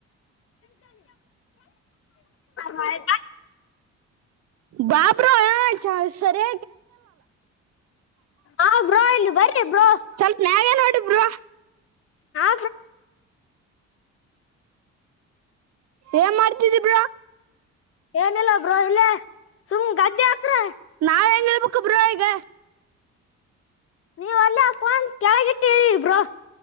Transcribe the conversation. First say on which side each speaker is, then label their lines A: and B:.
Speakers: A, on the left (about 50°); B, on the right (about 60°).
A: ಮಾಡ <unintelligible>
B: ಬಾ ಬ್ರೋ ಚ ಸರಿ
A: ಆ ಬ್ರೊ ಇಲ್ಲಿ ಬರ್ರಿ ಬ್ರೋ
B: ಸ್ವಲ್ಪ ನ್ಯಾಗೆ ನೋಡಿ ಬ್ರೋ
A: ಹಾ
B: ಏನ್ ಮಾಡ್ತಿದೀ ಬ್ರೋ
A: ಏನಿಲ್ಲ ಬ್ರೋ ಹಿಲೆ ಸುಮ್ ಗದ್ದೆ ಹತ್ರ
B: ನಾವ್ ಹೆಂಗ ನಮಕ ಬ್ರೋ ಈಗ
A: ನೀವ ಅಲ್ಲ ಫೋನ್ ಕೆಳಗಿಟ್ಟಿವ ಬ್ರೋ